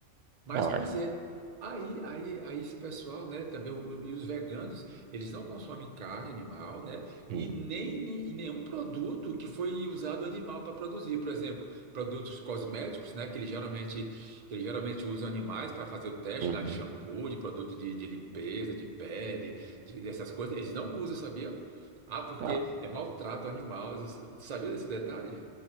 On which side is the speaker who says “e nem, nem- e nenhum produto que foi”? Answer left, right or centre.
Right